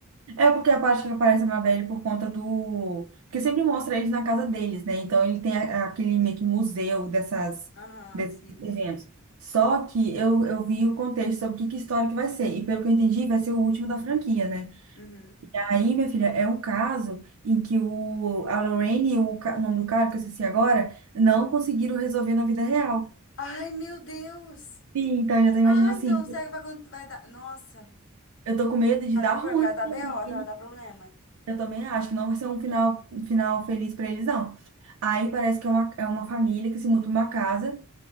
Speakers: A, on the right; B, on the left.
A: É porque a parte que aparece a Mabel por conta do. Porque sempre mostra eles na casa deles, né? Então ele tem a- aquele meio que museu dessas,
B: Aham,
A: desses
B: sim.
A: eventos. Só que eu, eu vi o contexto sobre que, que história que vai ser. E pelo que eu entendi, vai ser o último da franquia, né?
B: Uhum.
A: Aí, minha filha, é um caso em que o, a Lorraine e o, ca- o nome do cara, que eu esqueci agora, não conseguiram resolver na vida real.
B: Ai, meu Deus!
A: Sim, então eu já tô imaginando
B: Ah,
A: assim,
B: então será que vai, acon- vai dar. Nossa,
A: eu tô com medo de
B: vai
A: dar
B: dar,
A: ruim.
B: pro- vai
A: pra
B: dar BO,
A: Lorraine.
B: tá? vai dar problema.
A: Eu também acho que não vai ser um final, um final feliz pra eles, não. Aí parece que é uma, é uma família que se muda pra uma casa